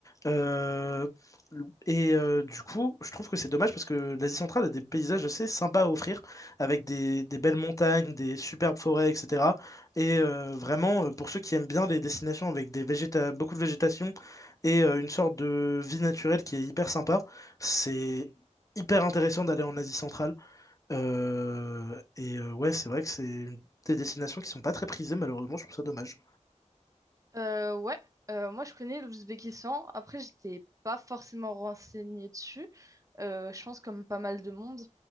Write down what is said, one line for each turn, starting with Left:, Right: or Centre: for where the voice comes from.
Left: Euh, et euh, du coup, je trouve que c'est dommage parce que l'Asie centrale a des paysages assez sympas à offrir, avec des, des belles montagnes, des superbes forêts, etc. Et euh, vraiment, euh, pour ceux qui aiment bien les destinations avec des végéta beaucoup de végétation et euh, une sorte de vie naturelle qui est hyper sympa, c'est hyper intéressant d'aller en Asie centrale. Euh, et euh, ouais, c'est vrai que c'est une- des destinations qui sont pas très prisées, malheureusement, je trouve ça dommage.
Right: Euh, ouais, euh, moi je connais l'Ouzbékistan. Après, j'étais pas forcément renseignée dessus. Euh, je pense comme pas mal de monde,